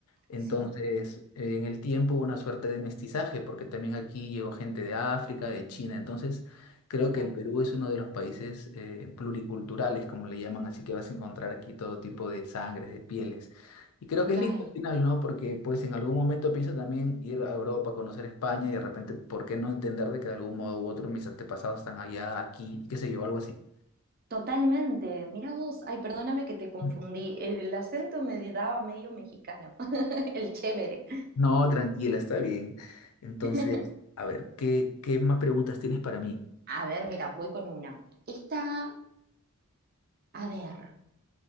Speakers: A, on the left; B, on the right.
A: Entonces,
B: sí,
A: eh, en el tiempo hubo una suerte de mestizaje, porque también aquí llegó gente de África, de China. Entonces, creo
B: claro.
A: que el Perú es uno de los países eh, pluriculturales, como le llaman, así que vas a encontrar aquí todo tipo de sangres, de pieles. Y creo
B: Total,
A: que es lindo al final, ¿no? Porque pues en algún momento pienso también ir a Europa, conocer España y de repente, ¿por qué no entender de que de algún modo u otro mis antepasados están allá, aquí, y qué sé yo, algo así?
B: totalmente. Mira vos, ay, perdóname que te confundí.
A: <clears throat>
B: El acento me daba medio mexicano, <laughs> el chévere.
A: No, tranquila, está bien. Entonces,
B: <laughs>
A: a ver, ¿qué, qué más preguntas tienes para mí?
B: A ver, mira, voy con una. Esta, a ver.